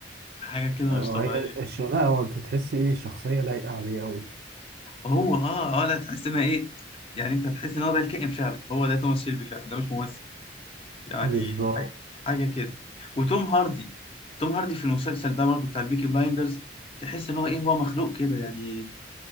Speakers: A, on the left; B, on the right.
A: حاجة كده
B: وهي
A: مش طبيعية
B: الش... لا هو انت تحس ايه شخصية لايقة عليه قوي
A: هو أه أه لا تحس إن إيه يعني أنت هتحس إن هو ده الكائن فعلا هو ده توماس شيلبي فعلا ده مش ممثل يعني
B: بالظبط
A: حاجة حاجة كده وتوم هاردي توم هاردي في المسلسل ده برضو بتاع البيكي بلايندرز تحس ان هو ايه هو مخلوق كده يعني